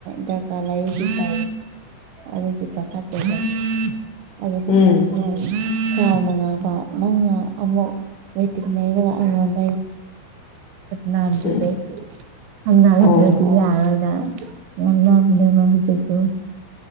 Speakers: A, on the right (about 85°); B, on the left (about 70°).
A: ꯗꯔꯀꯥꯔ ꯂꯩꯀ ꯑꯗꯨꯒꯤ ꯈꯠꯇꯗ ꯑꯗꯨ
B: ꯎꯝ
A: ꯎ ꯆꯥꯎꯅ ꯉꯥꯡꯕ ꯅꯪꯅ ꯑꯃꯨꯛ ꯂꯩꯇꯤꯡ ꯂꯩꯔꯒ ꯑꯩꯉꯣꯟꯗ ꯅꯥꯝꯗ
B: ꯎꯝ
A: ꯁꯝꯅꯥꯒꯗ꯭ꯔꯗꯤ
B: ꯑꯣ
A: ꯌꯥꯔꯣꯏꯗ ꯑꯣꯟꯅꯅꯦ ꯃꯥ ꯍꯥꯏꯗꯤ ꯇ